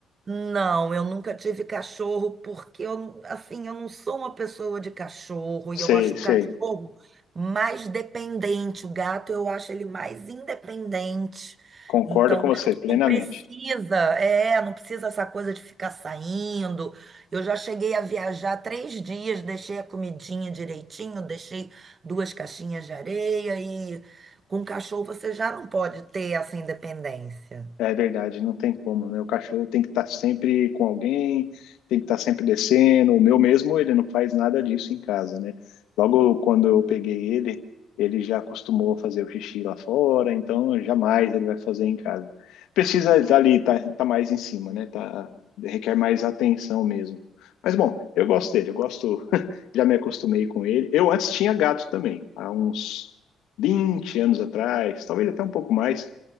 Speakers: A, on the right (about 40°); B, on the left (about 80°).
A: Não, eu nunca tive cachorro porque eu, assim, eu não sou uma pessoa de cachorro e eu
B: Sei,
A: acho
B: sei.
A: o cachorro mais dependente. O gato eu acho ele mais independente.
B: Concordo
A: Então,
B: com
A: o
B: você
A: gato
B: plenamente.
A: não precisa, é, não precisa essa coisa de ficar saindo. Eu já cheguei a viajar três dias, deixei a comidinha direitinho, deixei duas caixinhas de areia e com cachorro você já não pode ter essa independência.
B: É verdade, não tem como, né? O cachorro tem que estar sempre com alguém, tem que estar sempre descendo. O meu mesmo, ele não faz nada disso em casa, né? Logo quando eu peguei ele, ele já acostumou a fazer o xixi lá fora, então jamais ele vai fazer em casa. Precisa dali, tá, tá mais em cima, né? Tá, requer mais atenção mesmo. Mas bom, eu gosto dele, eu gosto, <laughs> já me acostumei com ele. Eu antes tinha gato também, há uns 20 anos atrás, talvez até um pouco mais.